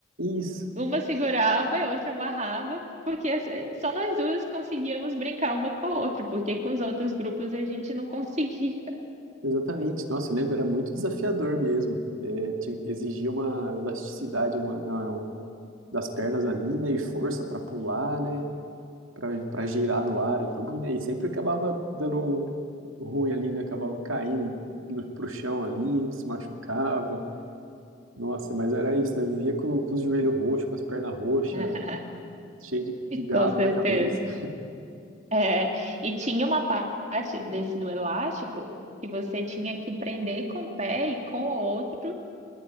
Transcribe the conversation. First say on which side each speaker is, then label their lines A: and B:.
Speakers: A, on the right; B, on the right.
A: Isso,
B: Uma segurava e outra amarrava, porque as- só nós duas conseguíamos brincar uma com a outra, porque com os outros grupos a gente não conseguia.
A: exatamente. Nossa, eu lembro, era muito desafiador mesmo. É, tinha, exigia uma elasticidade uma, não, é um, das pernas ali, né? E força para pular, né? Pra, pra girar no ar ali, né? E sempre acabava dando um um ruim ali, né? Acabava caindo no, pro chão ali, se machucava. Nossa, mas era isso, né? Vivia com, com os joelhos roxos, com as pernas roxas,
B: <laughs>
A: cheio de, de galo
B: Com certeza.
A: na cabeça.
B: É, e tinha uma parte desse do elástico que você tinha que prender com o pé e com o outro